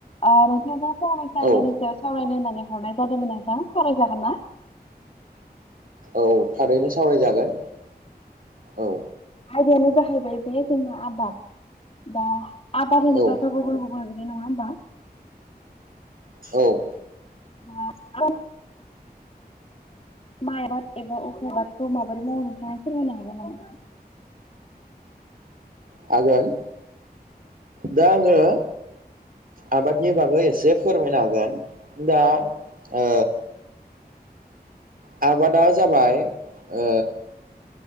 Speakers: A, on the left; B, on the right.
A: ओ नोंथांजों फंनैसो
B: औ
A: आयदानि सायाव सावरायनो होननानै हरनाय जादोंमोन आरो ना सावरायजागोन ना
B: औ थारैनो सावरायजागोन औ
A: आयदायानो जाहैबाय बे जोंना आबाद दा आबाद होनोब्लाथ'
B: औ
A: गुबुन गुबुन इदि नङा होमबा
B: औ
A: <unintelligible> माइ आबाद एबा अख्राबादखौ माबोरै मावो नोंथांआ फोरमायनो हागोन नामा
B: हागोन दा आङो ओ आबादनि बागै एसे फोरमायनो हागोन दा ओ आबादा जाबाय ओ